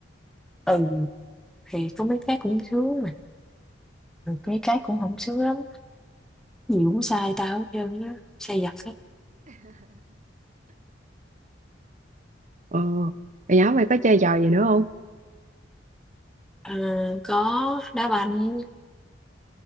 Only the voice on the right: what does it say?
ờ Hồi nhỏ mày có chơi trò gì nữa không